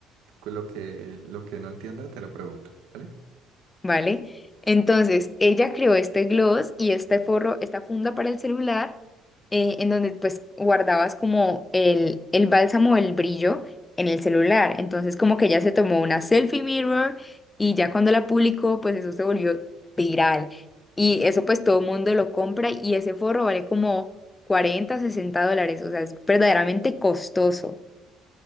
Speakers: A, on the right; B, on the left.
A: cu- lo que, lo que no entienda te lo pregunto, ¿vale?
B: ¿vale? Entonces, ella creó este gloss y este forro, esta funda para el celular, eh, en donde pues guardabas como el, el bálsamo, el brillo en el celular. Entonces, como que ella se tomó una selfie mirror y ya cuando la publicó, pues eso se volvió viral. Y eso pues todo el mundo lo compra y ese forro vale como cuarenta sesenta dólares, o sea, es verdaderamente costoso.